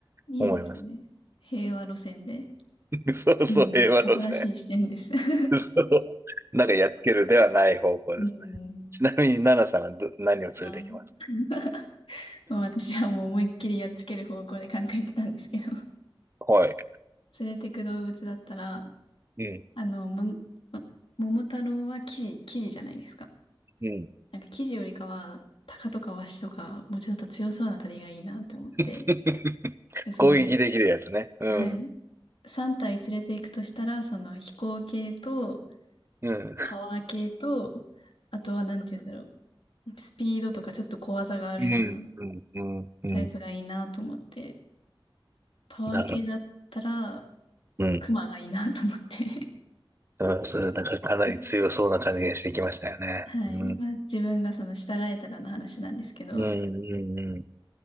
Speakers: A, on the left; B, on the right.
A: いいですね。
B: 思います。
A: 平和路線で。
B: <laughs> そうそう、
A: うん。
B: 平和路線。
A: 新しい視点です。<laughs>
B: そう <laughs> なんかやっつけるではない方向ですね。
A: うん。
B: ちなみに、ナナさんはど、何を連れてきます
A: あー <laughs> まあ私はもう思いっきりやっつける方向で考えてたんですけど。
B: はい。
A: 連れてく動物だったら、
B: うん。
A: あの、も、も桃太郎はキジ、キジじゃないですか。
B: うん。
A: なんか生地よりかは、タカとかワシとか、もうちょっと強そうな鳥がいいなって思って。
B: <laughs>
A: で、その、
B: 攻撃できるやつね。うん。
A: はい。3体連れて行くとしたら、その飛行系と、
B: うん。
A: パワー系と、あとはなんて言うんだろう。スピードとかちょっと小技があるような
B: うん。うん。うん。うん。
A: タイプがいいなと思って。パワー系だったら、
B: なるほど。うん。
A: クマがいいなと思って。
B: うん。それ、なんかかなり強そうな感じがしてきましたよね。
A: <laughs> はい。
B: うん。
A: まあ自分がその従えたらの話なんですけど、
B: うん。うん。うん。